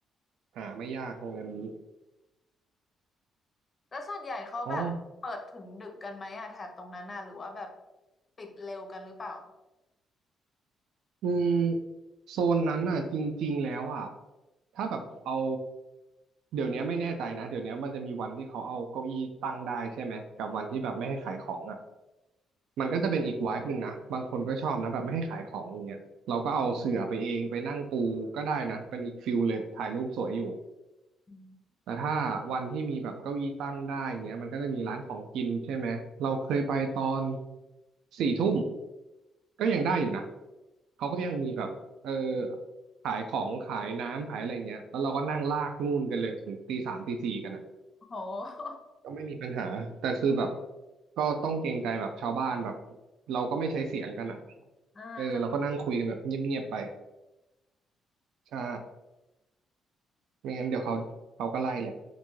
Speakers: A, on the right; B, on the left.
A: หาไม่ยากโรงแรมนี้
B: แล้วส่วนใหญ่เขาแบบเปิดถึงดึกกันไหมอ่ะแถบตรงนั้นน่ะหรือว่าแบบ
A: อ๋อ
B: ปิดเร็วกันหรือเปล่า
A: อืมโซนนั้นน่ะจริงๆแล้วอ่ะถ้าแบบเอาเดี๋ยวนี้ไม่แน่ใจนะเดี๋ยวนี้มันจะมีวันที่เขาเอาเก้าอี้ตั้งได้ใช่ไหมกับวันที่แบบไม่ให้ขายของอ่ะ มันก็จะเป็นอีกไวบ์หนึ่งนะบางคนก็ชอบนะแบบไม่ให้ขายของอย่างเงี้ยเราก็เอาเสื่อไปเองไปนั่งปูก็ได้นะเป็นอีกฟิลเลยถ่ายรูปสวยอยู่
B: อืม
A: แต่ถ้าวันที่มีแบบเก้าอี้ตั้งได้อย่างเงี้ยมันก็จะมีร้านของกินใช่ไหมเราเคยไปตอนสี่ทุ่มก็ยังได้อยู่นะเขาก็ยังมีแบบเออขายของขายน้ำขายอะไรเงี้ยแล้วเราก็นั่งลากนู่นกันเลยถึงตีสามตีสี่กันนะ
B: โห
A: ก็ไม่มีปัญหาแต่คือแบบก็ต้องเกรงใจแบบชาวบ้านแบบเราก็ไม่ใช้เสียงกันอ่ะ
B: <laughs> อ่าค่ะ
A: เออเราก็นั่งคุยกันแบบเงียบๆไปใช่ไม่งั้นเดี๋ยวเขาเขาก็ไล่แหละ